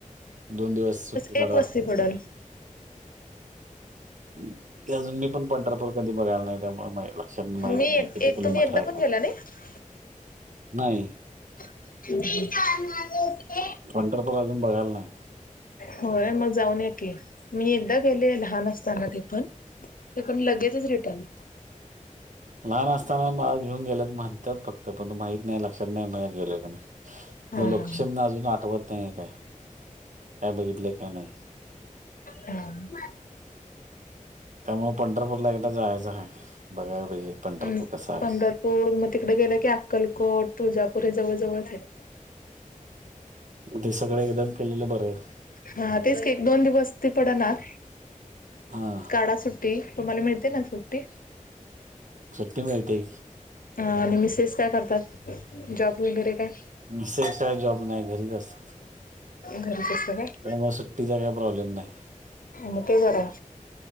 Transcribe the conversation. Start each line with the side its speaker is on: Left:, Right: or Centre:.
Right: दोन दिवस सुट्टी काढा
Left: एक
Right: लागतो
Left: वस्ती पडल
Right: ना. हम्म ते अजून मी पण पंढरपूर कधी बघायला नाही त्यामुळे माझे लक्षात माहित
Left: मी
Right: नाही
Left: एक
Right: किती
Left: एक
Right: किलोमीटर
Left: तुम्ही एकदा
Right: आहे
Left: पण
Right: काय?
Left: गेला नाही
Right: नाही
Left: <unintelligible>
Right: पंढरपूर अजून बघायला नाही.
Left: होय मग जाऊन ये की मी एकदा गेले लहान असताना ते पण. ते पण लगेचच रिटर्न.
Right: लहान असताना मला घेऊन गेल्यात म्हणतात फक्त पण तो माहित नाही लक्षात नाही मला गेलोय का नाय.
Left: हा
Right: लोकेशन
Left: हा
Right: अजून आठवत नाही आहे काय काय बघितले काय नाही.
Left: हां.
Right: त्यामुळे पंढरपूरला एकदा जायचं हाय बघाय पाहिजे. पंढरपूर
Left: अं
Right: कसं आहे.
Left: पंढरपूर मग तिकडे गेलं की अक्कलकोट, तुळजापूर हे जवळ-जवळचं आहे.
Right: ते सगळं एकदम केलेलं बरं आहे.
Left: हा तेच की एक दोन दिवस ती पडणार
Right: हां,
Left: काढा सुट् टी तुम्हाला मिळते ना सुट्टी?
Right: सुट्टी मिळते.
Left: हा आणि मिसेस काय करतात? जॉब वगैरे काय?
Right: मिसेज आहे जॉब नाही घरीच असतात.
Left: घरीच असते का?
Right: त्यामुळे सुट्टीचा काही प्रॉब्लेम नाही.
Left: म ते बरं.